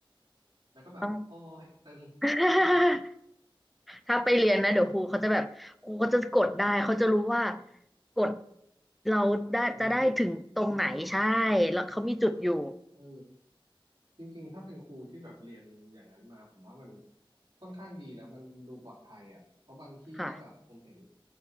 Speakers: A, on the right; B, in the centre.
A: แล้วก็แบบโอ้ยตึงไม่ไหว
B: ต้อง <laughs> ถ้าไปเรียนนะเดี๋ยวครูเขาจะแบบครูเขาจะกดได้เขาจะรู้ว่ากดเราได้จะได้ถึงตรงไหนใช่
A: อ่าเขามีจุด
B: แล้วเขามีจุดอยู่
A: เออ จริงๆถ้าเป็นครูที่แบบเรียนอย่างนั้นมาผมว่ามันค่อนข้างดีนะมันดูปลอดภัยอ่ะเพราะบางที่ก็แบบผมเห็น
B: ค่ะ